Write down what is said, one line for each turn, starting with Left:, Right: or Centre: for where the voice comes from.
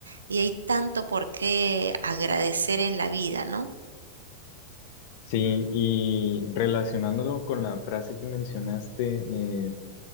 Right: Y hay tanto por qué agradecer en la vida, ¿no?
Left: Sí, y relacionándolo con la frase que mencionaste, eh,